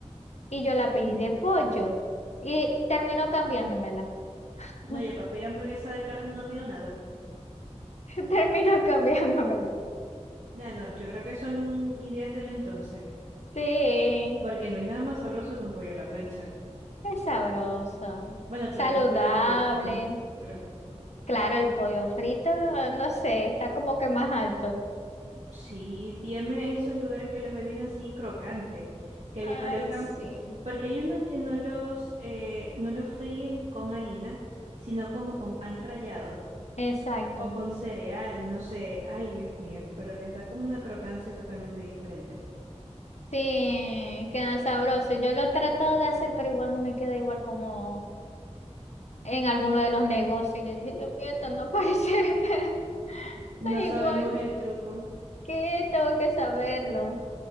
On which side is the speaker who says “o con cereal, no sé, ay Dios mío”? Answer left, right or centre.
Right